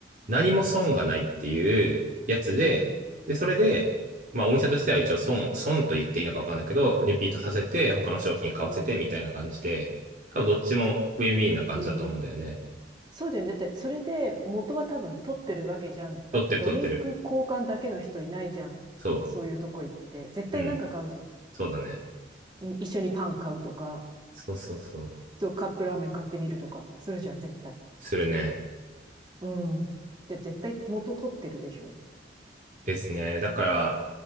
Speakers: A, on the right (about 45°); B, on the right (about 25°).
A: 何も損がないっていうやつで、
B: うん、
A: で、それで、まあお店としては一応損、損と言っていいのかわかんないけど、リピートさせて、他の商品買わせてみたいな感じで、
B: うん、
A: 多分どっちもウィンウィンな感じだと思うんだよね。
B: うん。そうだよね。だって、それで元は多分取ってるわけじゃん。だってドリンク交換だけの人いないじゃん。
A: 取ってる取ってる。そ
B: そういうとこ行って。絶対なんか買うじゃん。
A: う。うん。そうだね。
B: うん、一緒にパン買うとか。
A: そうそうそう。
B: そう、カップラーメン買ってみるとか、するじゃん、絶対。
A: するね。
B: うん。で、絶対元取ってるでしょ。
A: ですね。だから、